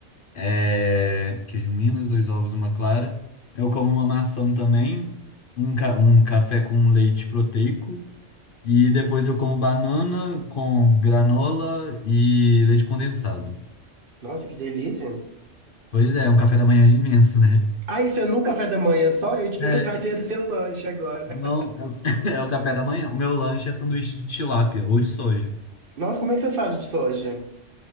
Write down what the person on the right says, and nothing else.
Nossa, que delícia.
Ah, isso é no café da manhã só? Eu ia te perguntar
se era o seu lanche agora.
<laughs>
Nossa, como é que você faz o de soja?